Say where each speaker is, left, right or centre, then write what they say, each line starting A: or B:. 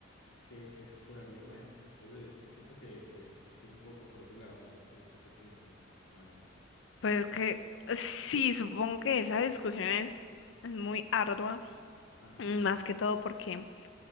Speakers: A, on the left; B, on the left.
A: ¿qué, qué exploraría nuevo? Entonces, eh, siento que, que, que es un poco por ese lado. No sé, tú, tú qué pienses, mano.
B: Pues que sí, supongo que esa discusión es, es muy ardua,
A: Ajá.
B: mm, más que todo porque